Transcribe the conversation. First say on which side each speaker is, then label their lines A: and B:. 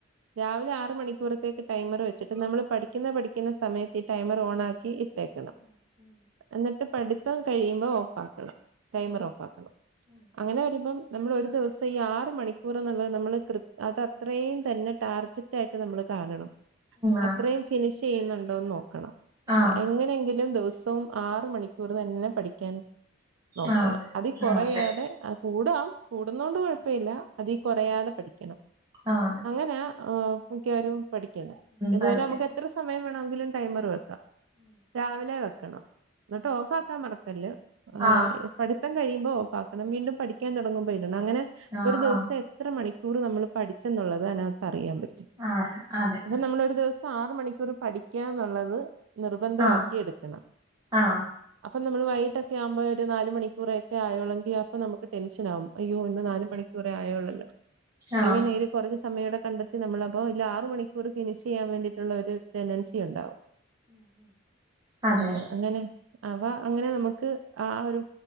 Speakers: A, on the right; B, on the right.
A: രാവിലെ ആറ് മണിക്കൂറത്തേക്ക് ടൈമർ വെച്ചിട്ട് നമ്മള് പഠിക്കുന്ന പഠിക്കുന്ന സമയത്ത് ഈ ടൈമർ ഓണാ ക്കി ഇട്ടേക്കണം. എന്നിട്ട് പഠിത്തം കഴിയുമ്പോ ഓഫ് ആക്കണം. ടൈമർ ഓഫാക്കണം. അങ്ങനെ വരുമ്പം നമ്മള് ഒരു ദിവസം ഈ ആറ് മണി ക്കുറ്ന്ന്ള്ളത് നമ്മള് കൃ അതത്രയും തന്നെ ടാർജറ്റായിട്ട് നമ്മള് കാണണം.
B: ആ!
A: അത്രയും ഫിനിഷ് ചെയ്യുന്നുണ്ടോന്ന് നോക്കണം.
B: ആ!
A: എങ്ങനെയെങ്കിലും ദിവസ് വും ആറ് മണിക്കൂർ തന്നെ പഠിക്കാൻ നോക്കണം.
B: ആ! അതെ.
A: അതീ കൊറയാതെ
B: ആ! അതെ.
A: കൂടാം, കൂടുന്നോണ്ട് കൊഴപ്പില്ല. അതീ കൊറയാതെ പഠിക്കണം
B: ആ! അതെ.
A: അങ്ങനെയാ ആഹ് മിക്കവരും പഠിക്കുന്നെ. ഇതുപോലെ
B: പഠിക്കും.
A: നമുക്ക് എത്ര സമയം വേണമെങ്കിലും ടൈമറ് വെ ക്കാം. രാവിലെ വെക്കണം. എന്നിട്ട് ഓഫ് ആക്കാൻ മറക്കല്ല്.
B: ആ!
A: പഠിത്തം കഴിയുമ്പോ ഓഫാക്കണം വീണ്ടും പഠിക്കാൻ തൊടങ്ങുമ്പോ ഇടണം. അങ്ങനെ
B: ആ!
A: ഒരു ദിവസ്
B: ആ!
A: എത്ര മണിക്കൂറ് നമ്മള് പഠിച്ചെന്നുള്ളത് അതിനാത്ത് അറിയാൻ പറ്റും.
B: ആ! അറിയാം. അതെ.
A: അപ്പൊ നമ്മള് ഒരു ദിവസ് ആറ് മണിക്കൂറ് പഠിക്കാ എന്നുള്ളത് നിർബന്ധവാക്കി
B: ആ!
A: എട്ക്കണം.
B: ആ!
A: അപ്പം നമ്മള് വൈകീട്ട് ഒക്കെ ആകുമ്പോ ഒരു നാല് മണിക്കൂറ് ഒക്കെ ആയോള്ളെങ്കി അപ്പൊ നമുക്ക് ടെൻഷൻ ആവും. അയ്യോ ഇന്ന് നാല് മണിക്കൂറെ ആയോള്ളല്ലോ,
B: ആ!
A: എങ്ങനെയേലും കൊറച്ച് സമയോടെ കണ്ടെത്തി നമ്മള് അപ്പോ ഈ ആറ് മണിക്കൂർ ഫിനിഷ് ചെയ്യാൻ വേണ്ടീട്ടുള്ള ഒരു ടെൻഡൻസി ഉണ്ടാവും.
B: അതെ.
A: ഉം അങ്ങനെ, അപ്പ അങ്ങനെ നമുക്ക് ആ ഒരു